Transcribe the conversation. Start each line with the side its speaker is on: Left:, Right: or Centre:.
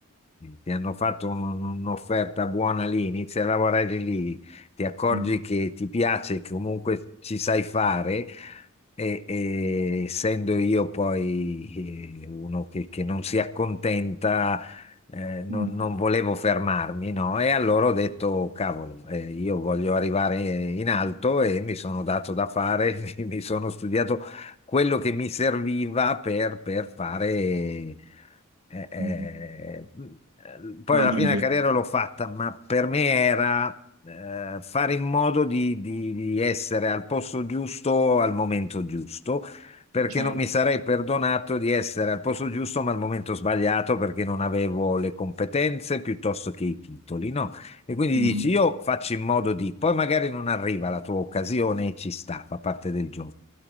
Left: ti hanno fatto un- un'offerta buona lì, inizi a lavorare lì ti accorgi
Right: Mm,
Left: che ti piace, che comunque ci sai fare. E, e essendo io poi eh, uno che, che non si accontenta, eh, non,
Right: mm,
Left: non volevo fermarmi, no? E allora ho detto, cavolo, eh, io voglio arrivare in alto e mi sono dato da fare, <laughs> mi sono studiato quello che mi serviva per, per fare. eh, eh,
Right: mm.
Left: poi
Right: Raggiungere,
Left: alla fine la carriera l'ho fatta, ma per me era eh, fare in modo di, di- di essere al posto giusto al momento giusto, perché
Right: certo.
Left: non mi sarei perdonato di essere al posto giusto ma al momento sbagliato perché non avevo le competenze piuttosto che i titoli, no? E quindi
Right: Mhm.
Left: dici, io faccio in modo di, poi magari non arriva la tua occasione e ci sta, fa parte del gioco.